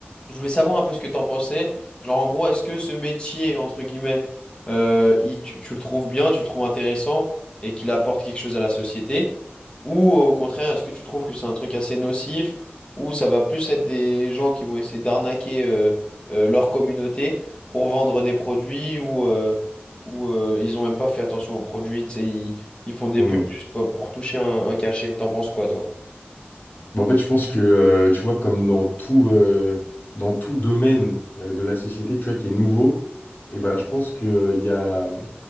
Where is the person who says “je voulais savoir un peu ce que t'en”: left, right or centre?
Left